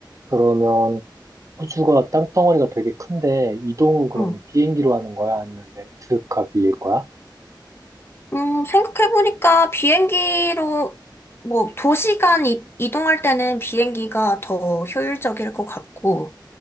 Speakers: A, on the right; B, on the left.
A: 그러면 호주가 땅덩어리가 되게 큰데 이동은 그러면
B: 응.
A: 비행기로 하는 거야? 아니면 렌트카 비일 거야?
B: 음, 생각해보니까 비행기로, 뭐, 도시간 이, 이동할 때는 비행기가 더 효율적일 것 같고,